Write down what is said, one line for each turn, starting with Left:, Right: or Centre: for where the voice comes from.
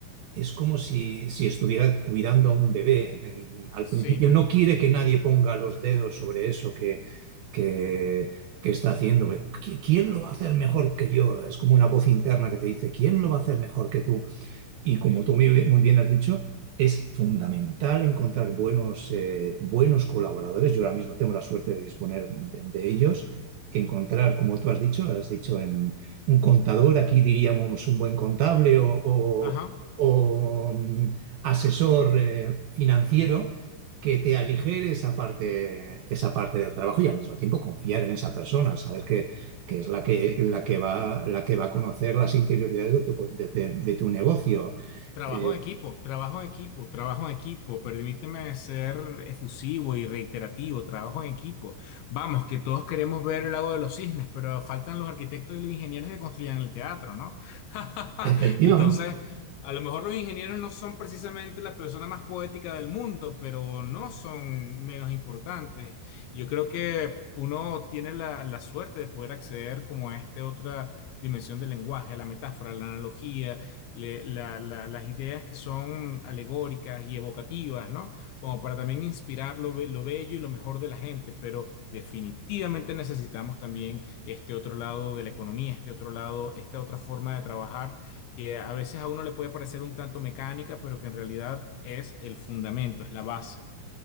Right: es como si, si estuviera cuidando a un bebé. En- al
Left: Sí,
Right: principio no quiere que nadie ponga los dedos sobre eso que, que, que está haciendo. ¿Qui- ¿Quién lo va a hacer mejor que yo? Es como una voz interna que te dice, ¿quién lo va a hacer mejor que tú? Y como
Left: sí.
Right: tú muy bien muy bien has dicho, es fundamental encontrar buenos, eh, buenos colaboradores. Yo ahora mismo tengo la suerte de disponer de, de ellos. Encontrar, como tú has dicho, has dicho en un contador, aquí diríamos un buen contable o, o-
Left: Ajá.
Right: o, mm, asesor eh, financiero que te aligere esa parte, esa parte del trabajo y al mismo tiempo confiar en esa persona, saber que, que es la que, la que va, la que va a conocer las interioridades de tu, de- de- de tu negocio
Left: Trabajo
Right: eh,
Left: en equipo, trabajo en equipo, trabajo en equipo. Permíteme ser efusivo y reiterativo, trabajo en equipo. Vamos, que todos queremos ver el lago de los cisnes, pero faltan los arquitectos y los ingenieros que construyan el teatro, ¿no? <laughs>
Right: efectivamente.
Left: Entonces, a lo mejor los ingenieros no son precisamente la persona más poética del mundo, pero no son menos importantes. Yo creo que uno tiene la, la suerte de poder acceder como a esta otra dimensión del lenguaje, a la metáfora, a la analogía le- la- la- las ideas que son alegóricas y evocativas, ¿no? Como para también inspirar lo, be- lo bello y lo mejor de la gente, pero definitivamente necesitamos también este otro lado de la economía, este otro lado, esta otra forma de trabajar, que a veces a uno le puede parecer un tanto mecánica, pero que en realidad es el fundamento, es la base.